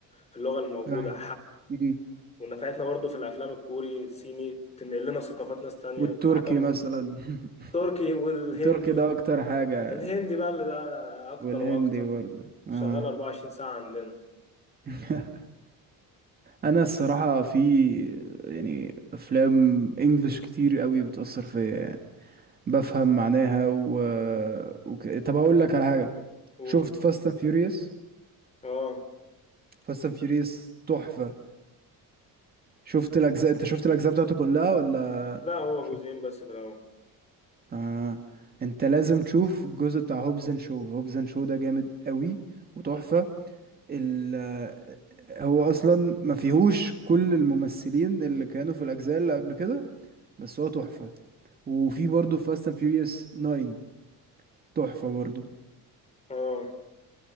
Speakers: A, on the left (about 20°); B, on the right (about 25°).
A: في اللغه الموجوده
B: فاهم امم
A: ونفعتنا برضو في الافلام الكوري الصيني تنقل لنا ثقافات ناس تانية
B: والتركي
A: بصراحة كم
B: مثلا <laughs>
A: تركي والهندي
B: التركي ده اكتر حاجة
A: الهندي بقى اللي ده اكتر
B: والهندي
A: واكتر
B: برضه اه
A: شغال 24 ساعة عندنا
B: <laughs> انا الصراحه في يعني افلام انجلش كتير قوي بتاثر فيا يعني بفهم معناها و... وك... طب هقول لك على حاجه
A: و...
B: شفت فاست اند فيوريوس
A: اه
B: فاست اند فيوريوس تحفه شفت الاجزاء انت شفت الاجزاء بتاعته كلها ولا
A: لا هو
B: شفت
A: جزئين بس في الاول
B: آه. انت لازم تشوف الجزء بتاع هوبز اند شو هوبز اند شو ده جامد قوي وتحفه ال... هو اصلا ما فيهوش كل الممثلين اللي كانوا في الاجزاء اللي قبل كده بس هو تحفه وفي برضه فاست اند فيوريوس 9 تحفة برضه
A: اه